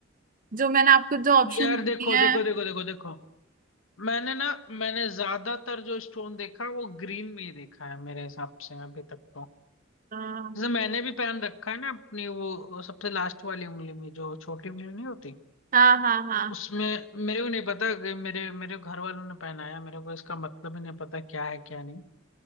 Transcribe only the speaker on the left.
यार
देखो
देखो देखो देखो देखो मैंने ना मैंने ज्यादातर जो स्टोन देखा वो ग्रीन में ही देखा है मेरे हिसाब से अभी तक तो
जैसे मैंने भी पहन रखा है ना अपनी वो वो सबसे लास्ट वाली उंगली में जो छोटी उंगली नहीं होती
उसमें मेरे को नहीं पता कि मेरे मेरे घर वालों ने पहनाया मेरे को इसका मतलब ही नहीं पता क्या है क्या नहीं